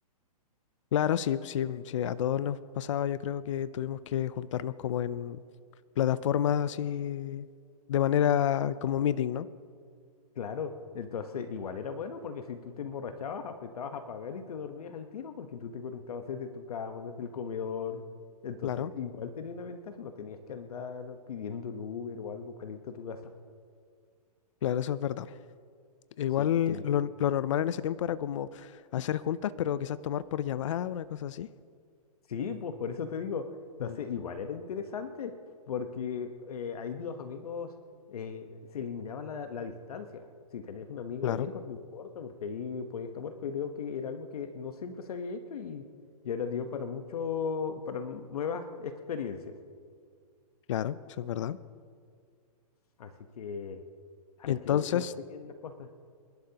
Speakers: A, on the left; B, on the left.
A: Claro, sí, sí, sí, a todos nos pasaba, yo creo que tuvimos que juntarnos como en plataformas así de manera como meeting, ¿no?
B: Claro, entonces igual era bueno porque si tú te emborrachabas, apretabas a pagar y te dormías al tiro porque tú te conectabas desde tu cama, desde el comedor. Entonces
A: Claro,
B: igual tenía una ventaja, no tenías que andar pidiendo el Uber o algo para irte a tu casa.
A: claro, eso es verdad. Igual
B: Sí, creo
A: lo, lo normal en ese tiempo era como hacer juntas, pero quizás tomar por llamada, una cosa así.
B: Sí, pues por eso te digo. Entonces,
A: Mm.
B: igual era interesante, porque eh, ahí los amigos eh, se eliminaba la, la distancia. Si tenés un amigo
A: Claro,
B: lejos, no importa, porque ahí podías tomar, pero creo que era algo que no siempre se había hecho y, y ahora dio para mucho, para nuevas experiencias.
A: claro, eso es verdad.
B: Así que hay
A: Entonces
B: que ver cómo siguen las cosas.